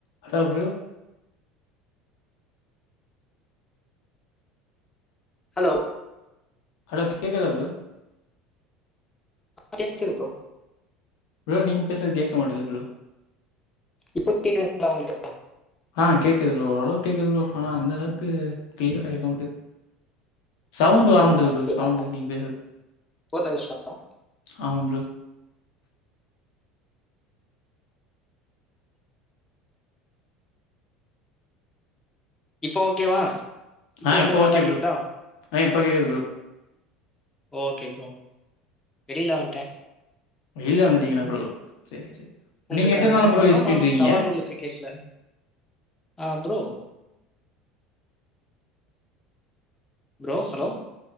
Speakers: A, on the left (about 60°); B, on the left (about 15°).
A: Hello bro
B: hello
A: hello கேக்குதா bro
B: கேக்குதுப் bro
A: bro நீங்க பேசுது கே்கக மாட்டது ப்ரோ
B: இப்ப கேக்குதுங்ளா உங்களுக்கு
A: ஆ கேக்குது ப்ரௌ அவ்வளவு கேக்குது பாயௌ ஆனா அந்த அளவுக்கு க்ளியரா கேட்க மாட்டேது சவுண்டு வரமாட்டது
B: அப்படிங்களா
A: ப்ரோ சவுண்டு நீங்க பேசுறது
B: ஒரு நிமிஷம்
A: ஆமா ப்ரோ
B: இப்ப ஓகேவா இப்போ
A: ஆ
B: உங்களுக்கு
A: இப்ப ஓகே
B: நல்லா
A: ப்ரோ
B: கேக்குதா
A: ஆ இப்ப கேக்குது ப்ரோ
B: ஓகே ப்ரோ வெளில வந்துட்டேன்
A: வெளில வந்துட்டீங்களா ப்ரோ சரி சரி
B: உங்களுக்காக
A: நீங்க எத்தன நாளா ப்ரோ யூஸ்
B: ஆமா
A: பண்ணிட்ருக்கீங்க
B: டவறு வந்துட்டு கேக்கல ஆ ப்ரோ ப்ரோ ஹலோ